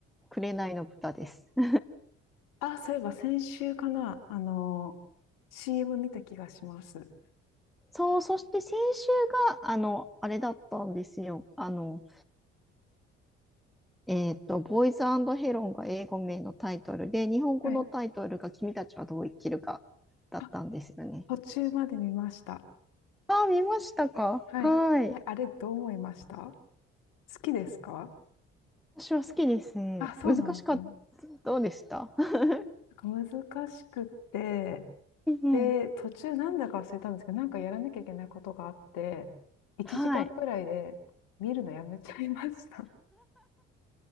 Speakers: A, in the centre; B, on the left (about 70°).
A: 紅の豚です。<laughs>
B: あ、そういえば先週かな、あの、CM 見た気がします。
A: そう、そして先週が、あの、あれだったんですよ。あの、えっと、ボーイズヘロンが英語名のタイトルで、日本語のタイトルが君たちはどう生きるかだったんですよね。
B: はい。あ、途中まで見ました。
A: ああ、見ましたかはい。
B: はい。え、あれどう思いました好きですか
A: 私は好きですね。
B: あ、そうなんですね。
A: 難しかった。どうでした <laughs>
B: なんか難しくって、
A: うんうん
B: で、途中なんだか忘れたんですけど、なんかやらなきゃいけないことがあって、1時間くらいで見るのやめちゃいました。
A: はい。